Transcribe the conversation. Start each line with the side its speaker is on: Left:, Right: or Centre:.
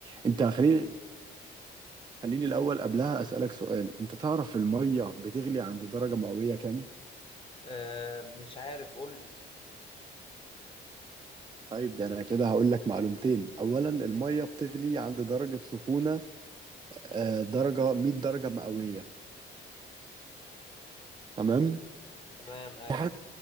Right: أنت خليني خليني الأول قبلها أسألك سؤال أنت تعرف المية بتغلي عند درجة مئوية كام؟
Left: آه مش عارف قول لي
Right: طيب ده أنا كده هقول لك معلومتين أولا المية بتغلي عند درجة سخونة آه، درجة 100 درجة مئوية تمام؟
Left: تمام ايوه
Right: في حاجة